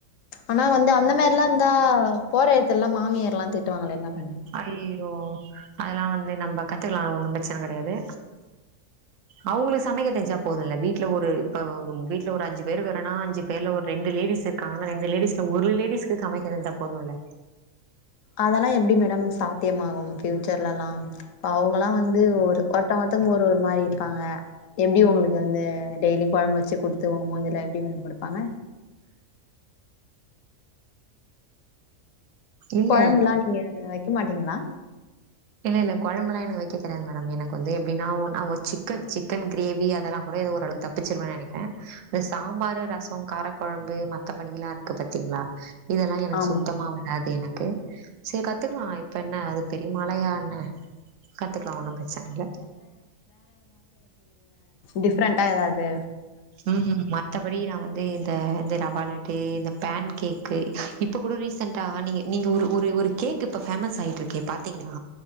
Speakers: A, on the left; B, on the right.
A: ஆனா வந்து அந்த மாரி ல்லாம் இருந்தா போற எடத்துலா மாமியார் எல்லா திட்டுவாங்களே என்ன பண்ண
B: ஐய்யியோ அதெல்லா வந்து நம்ப கத்துக்கலா ஒன்னு பிரச்சன கடையாது அவுங்ளுக் சமைக்க தெர்ஞ்சா போதுல்ல வீட்டில ஒரு இப்போ ஒரங்க வீட்ல ஒரு அஞ்சு பேரு இல்லனா அஞ்சு பேர்ல ஒரு ரெண்டு லேடிஸூ காமனா இந்த லேடிஸ்ல ஒரு லேடிஸ்க்கு சமைக்க தெரிஞ்சா போதுல்ல
A: அதெல்லா எப்டி மேடம் சாத்தியமாகு ஃபியூச்சர்லல்லா இப்ப அவங்களா வந்து ஒரு ஒருத்தங் ஒருதங் ஒரு ஒரு மாரி இருக்காங்க எப்டி உங்களுக்கு வந்து டெய்லியு கொழம்ப வச்சு குடுத்து உங்க மூஞ்சல எப்டி மேம் குடுப்பாங்க
B: இல்ல
A: கொழம்புல்லா நீங்க வைக்க மாட்டீங்களா
B: இல்ல இல்ல கொழம்பெல்லா எனக்கு வைக்க தெரியாது மேடம் எனக்கு வந்து எப்டின்னா ஒன்னா சிக்கன் சிக்கன் கிரேவி அதெல்லா கூட ஏதோ ஒரு அளவுக்கு தா வச்சிருவேன்னு நெனக்கிறே இந்த சாம்பாரு ரசம் காரக்கொழம்பு மத்தபடில்லா இருக்கு பாத்தீங்களா இதெல்லாம் எனக்கு
A: ஆமா
B: சுத்தமா வராது எனக்கு சரி கத்துக்கலா இப்ப என்ன அது பெரிய மலயா என்ன கத்துக்கலா ஒன்னு பிரச்சன இல்ல
A: டிஃப்ரெண்ட்டா எதாவது
B: ம் ம் மத் த்தபடி நா வந்து இந்த இந்த ரவாலட்டு இந்த பேன் கேக்கு இப்ப கூட ரீசென்ட்டா ஆணிய நீங்க ஒரு ஒரு ஒரு கேக் இப்ப பேமஸ் ஆயிட்ருக்கே பாத்தீங்களா